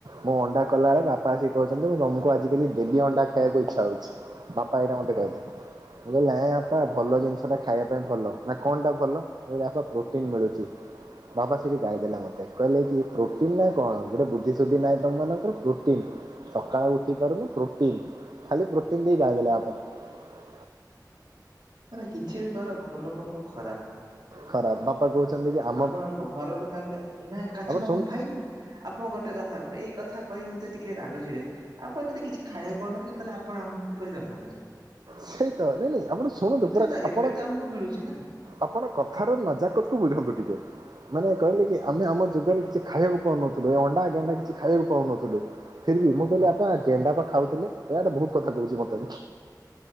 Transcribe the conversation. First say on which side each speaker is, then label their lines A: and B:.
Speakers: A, on the right; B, on the right.
A: ମୁଁ ଅଣ୍ଡା କଲା ବେଳେ ବାପା ଆସି କହୁଛନ୍ତି ମୁଁ ତମକୁ ଆଜି କାଲି ଡେଲି ଅଣ୍ଡା ଖାଇବାକୁ ଇଛା ହଉଛି ବାପା ଏଇଟା ଟେ ମୁଁ କହିଲି ନାଇଁ ବାପା ଭଲ ଜିନିଷ ଟା ଖାଇବା ପାଇଁ ଭଲ ନା କଣ ଟା ଭଲ ମୁଁ କିଲି ଆପା ପ୍ରୋଟିନ ମିଳୁଛି। ବାବା <inaudible> ରେ ଗାଲିଦେଲା ମୋତେ କହିଲେ କି ପ୍ରୋଟିନ୍ <inaudible> କଣ ଗୋଟେ ବୁଦ୍ଧିସୁୁଦ୍ଧି ନାହିଁ ତମମାନଙ୍କର ପ୍ରୋଟିନ୍ ସକାଳେ ଉଠି ପାରୁନୁ ପ୍ରୋଟିନ୍, ଖାଲି ପ୍ରୋଟିନ୍ ଦେଇ <unintelligible>
B: ମାନେ କିଛି ବି କର ଘରଲୋକଙ୍କୁ ଖରାପ୍
A: ଖରାପ୍, ବାପା କହୁଛନ୍ତି କି ଆପ୍
B: ଆପଣ ଘରର କଥା <unintelligible> ନାଇଁ କାଠ
A: ଆପଣ
B: ନ
A: ଶୁଣୁ
B: ଭାଇ ବୁ ଆପଣ ଗୋଟେ କଥା ଏଇ କଥା କହି ମତେ ଟିକେ ରାଗ ଚିଡେ, ଆପଣ ଯଦି କିଛି ଖାଇବାକୁ ପାଉନଥିଲେ ତାହେଲେ ଆପଣ ଆମକୁ କିପରି ଜନ୍ମ କରିିଚ
A: ସେଇ ତ ନାଇଁ ନାଇଁ ଆପଣ ଶୁଣ୍ ନ୍ତୁ ପୁରା
B: ତ
A: ଆପଣ
B: ଏବେ ତ ଆମକୁ ମିଳୁଛି ନା
A: ଆପଣ କଥାର ନଜାକତକୁୁ ବୁଝନ୍ତୁ ଟିକେ। ମାନେ କହିଲେ କି ଆମେ ଆମ ଯୁଗରେ କିଛି ଖାଇବାକୁ ପାଉନଥିଲୁ ଏ ଅଣ୍ଡାଗଣ୍ଡା କିଛି ଖାଇବାକୁ ପାଉନଥିଲୁ ଫିର୍ ବି ମୁଁ କହିଲି ଆପା ଗେଣ୍ଡା ପା ଖାଉଥିଲେ ଏୟାଟା ବହୁତ କଥା କହୁଛି ମତେ।